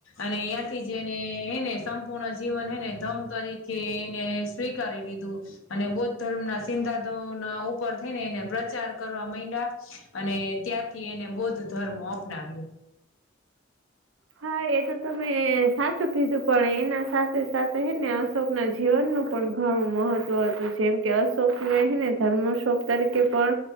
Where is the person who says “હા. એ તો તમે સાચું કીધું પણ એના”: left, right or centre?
Right